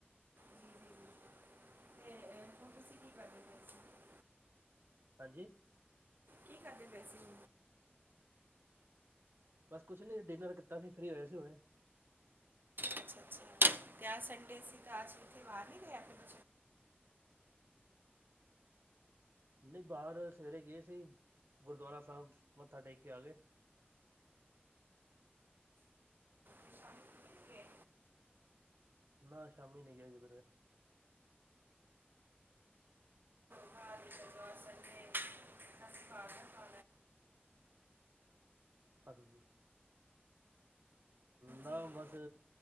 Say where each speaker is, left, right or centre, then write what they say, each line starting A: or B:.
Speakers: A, on the right (about 55°); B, on the right (about 75°).
A: ਜੀ ਜੀ ਜੀ ਤੇ ਅਹ, ਹੁਣ ਤੁਸੀਂ ਕੀ ਕਰਦੇ ਪਏ ਸੀ
B: ਹਾਂਜੀ।
A: ਕੀ ਕਰਦੇ ਪਏ ਸੀ?
B: ਬਸ ਕੁਛ ਨੀ ਡਿਨਰ ਕੀਤਾ ਸੀ ਫਰੀ ਹੋਏਆ ਸੀ ਹੁਨੇ।
A: ਅੱਛਾ ਅੱਛਾ ਤੇ ਅੱਜ ਸੰਡੇ ਸੀ ਤਾਂ ਆਜ ਤੁਸੀਂ ਬਾਰ ਨੀ ਗਏ ਆਪ।
B: ਨਈ ਬਾਰ ਸਵੇਰੇ ਗਏ ਸੀ, ਗੁਰਦੁਆਰਾ ਸਾਬ ਮੱਥਾ ਟੇਕ ਕੇ ਆ ਗਏ।
A: ਤੇ ਸ਼ਾਮੀ ਕਿੱਥੇ ਨਹੀਂ ਗਏ
B: ਨਾ ਸ਼ਾਮੀ ਨੀ ਗਏ ਕਿਦਰੇ।
A: ਅੱਜ ਤਾਂ ਵਾਅ ਸੰਡੇ ਐ। ਖਾਲੈ ਨਾ।
B: ਫਦੜੂ ਨਾ
A: ਜੀ
B: ਬਸ,